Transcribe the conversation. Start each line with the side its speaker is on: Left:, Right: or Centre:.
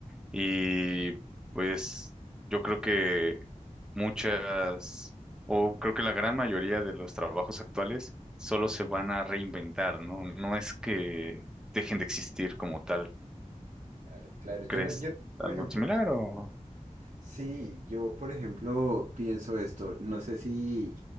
Centre: Y pues yo creo que muchas, o creo que la gran mayoría de los trabajos actuales solo se van a reinventar, ¿no? No es que dejen de existir como tal.
Right: Claro, claro. Yo
Centre: ¿Crees
Right: no, yo no, por
Centre: algo
Right: ejemplo,
Centre: similar o
Right: Sí, yo por ejemplo pienso esto, no sé si